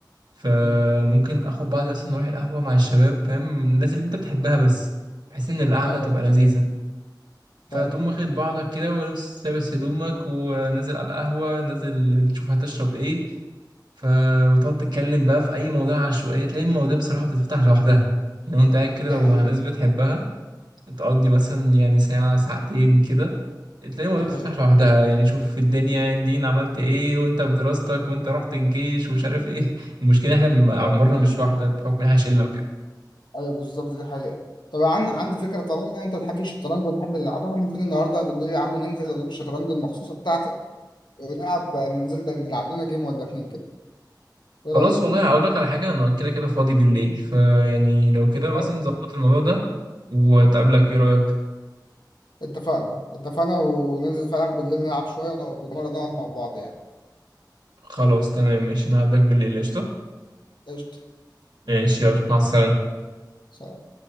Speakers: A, on the right; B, on the left.
A: فممكن
B: مم.
A: اخد بعضي اصلا نروح القهوه مع الشباب فاهم الناس اللي انت بتحبها بس بحيث ان القعده
B: ايوه
A: تبقى
B: فاهم
A: لذيذه فتقوم
B: فاهم
A: واخد بعضك كده ولابس لابس هدومك ونازل على القهوه نازل تشوف هتشرب ايه ف وتقعد تتكلم بقى في اي مواضيع عشوائيه تلاقي المواضيع بصراحه بتتفتح لوحدها لو انت قاعد كده
B: دي
A: لو
B: حقيقة
A: مع ناس بتحبها تقضي مثلا يعني ساعه ساعتين كده تلاقي المواضيع
B: دي حقيقة
A: بتتفتح لوحدها يعني شوف في الدنيا الدين عملت ايه وانت في دراستك وانت رحت الجيش ومش عارف ايه <laughs> المشكله احنا م- عمرنا
B: ايوه فاهم
A: مش واحده بحكم ان احنا شله وكده
B: ايوه بالظبط دي حقيقة طبعا عندي فكرة طالما انت بتحب الشطرنج وبنحب نلعبها ممكن النهارده بالليل يا عم ننزل اجيب الشطرنج المخصوصة بتاعتي ونلعب ننزل نلعب لنا جيم ولا اتنين كده ايه رأيك؟
A: خلاص والله هقول لك على حاجه انا كده كده فاضي بالليل فيعني لو كده مثلا
B: اه
A: ظبط الموضوع ده وتقابلك ايه رايك
B: اتفقنا اتفقنا وننزل فعلا بالليل نلعب شوية ونقعد نقعد مع بعض يعني
A: خلاص تمام ماشي انا هقابلك بالليل قشطه
B: قشطة
A: ماشي يلا مع السلامه
B: سلام.